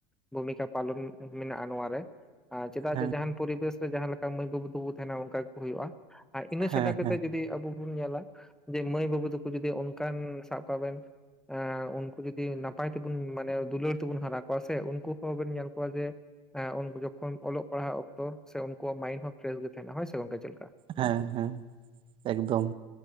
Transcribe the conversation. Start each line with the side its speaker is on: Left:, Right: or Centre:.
Centre: ᱵᱷᱩᱢᱤᱠᱟ ᱯᱟᱞᱚᱱ ᱢᱤᱱᱟᱜ-ᱟ ᱱᱚᱣᱟᱨ ᱨᱮ᱾ ᱟᱸ ᱪᱮᱫᱟᱜ
Right: ᱦᱮᱸ
Centre: ᱡᱮ ᱡᱟᱦᱟᱸᱱ ᱯᱚᱨᱤᱵᱮᱥ ᱨᱮ ᱡᱟᱦᱟᱸ ᱞᱮᱠᱟ ᱢᱟᱹᱭ ᱵᱟᱹᱵᱩ ᱛᱟᱠᱚ ᱵᱚ ᱛᱟᱦᱮᱸᱱᱟ ᱚᱱᱠᱟ ᱜᱮᱠᱚ ᱦᱳᱭᱳᱜᱼᱟ᱾ ᱟᱡ ᱤᱱᱟᱹ
Right: ᱦᱮᱸ
Centre: ᱪᱷᱟᱰᱟ ᱠᱟᱛᱮᱫ
Right: ᱦᱮᱸ ᱦᱮᱸ
Centre: ᱡᱩᱫᱤ ᱟᱵᱚ ᱵᱩᱱ ᱧᱮᱞᱟ, ᱡᱮ ᱢᱟᱹᱭ ᱵᱟᱹᱵᱩ ᱛᱟᱠᱚ ᱡᱩᱫᱤ ᱚᱱᱠᱟᱱ ᱥᱟᱵ ᱠᱟᱜ ᱵᱮᱱ ᱮᱸ ᱩᱱᱠᱩ ᱡᱩᱫᱤ ᱱᱟᱯᱟᱭ ᱛᱮᱵᱚᱱ ᱢᱟᱱᱮ ᱫᱩᱞᱟᱹᱲ ᱛᱮᱵᱚᱱ ᱦᱟᱨᱟ ᱠᱚᱣᱟ ᱥᱮ ᱩᱱᱠᱩ ᱦᱚᱸ ᱵᱮᱱ ᱧᱮᱞ ᱠᱚᱣᱟ ᱡᱮ ᱮᱸ ᱩᱱᱠᱩ ᱡᱚᱠᱷᱚᱱ ᱚᱞᱚᱜ ᱯᱟᱲᱦᱟᱜ ᱚᱠᱛᱚ ᱥᱮ ᱩᱱᱠᱩᱣᱟᱜ ᱢᱟᱭᱤᱱ ᱦᱚᱸ ᱯᱷᱨᱮᱥ ᱜᱮ ᱛᱟᱦᱮᱸᱱᱟ, ᱦᱳᱭ ᱥᱮ ᱜᱚᱝᱠᱮ ᱪᱮᱫ ᱞᱮᱠᱟ?
Right: ᱦᱮᱸ ᱦᱮᱸ, ᱮᱠᱫᱚᱢ᱾